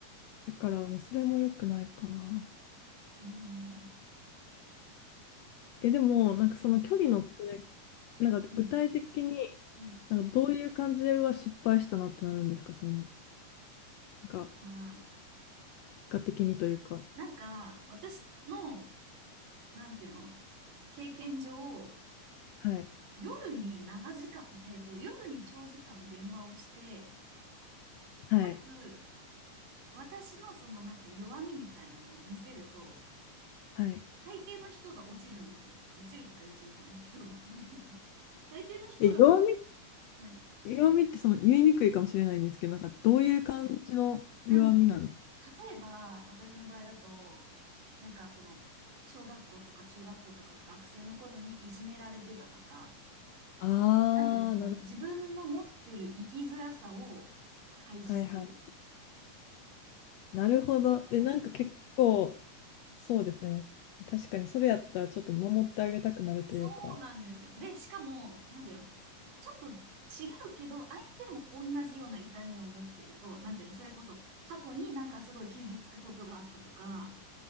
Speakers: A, on the left; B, on the right.
A: だから、もうそれも良くないかな。
B: うん。
A: え、でも、なんかその距離の詰
B: はい。
A: め、なんか具体的に、
B: うん、うん、
A: なんかどういう感じでは失敗したなってなるんですか、その、なんか、
B: まあ、
A: 結果的にというか。
B: なんか、私の、なんていうの、経験上、
A: はい、
B: 夜に長時間、えっと、夜に長時間電話をして、
A: はい、
B: かつ、私のそのなんか弱みみたいなのを見せると、
A: はい。
B: 大抵の人が落ちるんですよ。落ちるとか言っちゃいけないけど、<laughs> なんていうの大抵の人が私、
A: え、曜
B: はい。
A: 弱みってその言いにくいかもしれないんですけど、なんかどういう感じの弱みなんです
B: なんだろう。例えば、私の場合だと、なんかその、小学校とか中学校とか学生の頃にいじめられてたとか、
A: ああ、
B: なんていうの、その自分の持ってる生きづらさを開示する。
A: なる、はいはい。なるほど。で、
B: そう。
A: なんか結構、そうですね。確かに、それやったらちょっと守ってあげたくなるというか。
B: そうなんですよ。で、しかも、なんていうの、ちょっと違うけど、相手も同じような痛みを持ってると、なんていうの、それこそ過去になんかすごい傷つくことがあったとか、